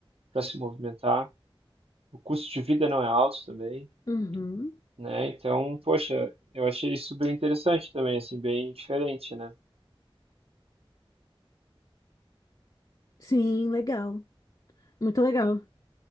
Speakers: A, on the right; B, on the left.
A: para se movimentar. O custo de vida não é alto também,
B: uhum,
A: né? Então, poxa, eu achei isso bem interessante também, assim, bem diferente, né?
B: sim, legal, muito legal.